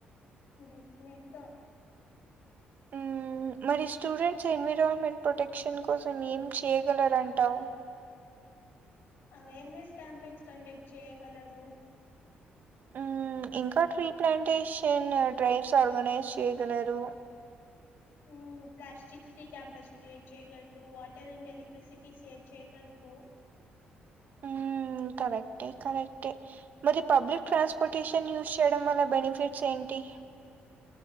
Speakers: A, on the left (about 80°); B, on the right (about 50°).
A: డెఫినెట్ గా
B: మ్మ్ మరి స్టూడెంట్స్ ఎన్విరాన్మెంట్ ప్రొటెక్షన్ కోసం ఏం చెయ్యగలరంటావ్
A: అవేర్నెస్ క్యాంపైన్స్ కండక్ట్ చేయగలరు
B: ఊ ఇంకా ట్రీ ప్లాంటేషన్ డ్రైవ్స్ ఆర్గనైజ్ చేయ్యగలరు
A: ఊ ప్లాస్టిక్ ఫ్రీ క్యాంపస్ క్రియేట్ చేయగలరు వాటర్ అండ్ ఎలక్ట్రిసిటీ సేవ్ చేయగలరు
B: మ్మ్ కరెక్టే కరెక్టే మరి పబ్లిక్ ట్రాన్స్పోర్టేషన్ యూస్ చేయడం వల్ల బెనిఫిట్స్ ఏంటి